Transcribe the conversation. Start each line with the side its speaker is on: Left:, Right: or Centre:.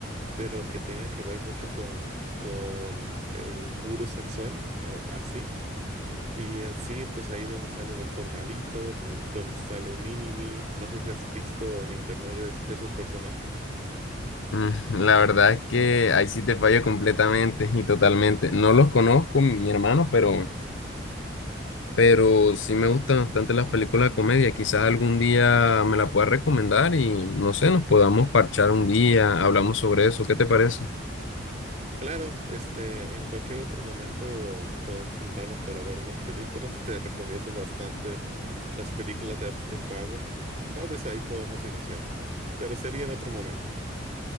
Right: pero que tenga que ver mucho con, con el gurú sexual, a- así. Y en sí, pues ahí donde sale Doctor Malito, donde, donde sale Minimi, no sé si has visto en internet es- esos personajes.
Left: Mm, La verdad es que ahí sí te fallo completamente y totalmente. No los conozco, mi hermano, pero, pero sí me gustan bastante las películas de comedia. Quizás algún día me la puedas recomendar y no sé, nos podamos parchar un día, hablamos sobre eso. ¿Qué te parece?
Right: Claro, este, en cualquier otro momento podemos juntarnos para ver unas películas. Te recomiendo bastante las películas de Austin Power. Tal vez ahí podemos iniciar, pero sería en otro momento.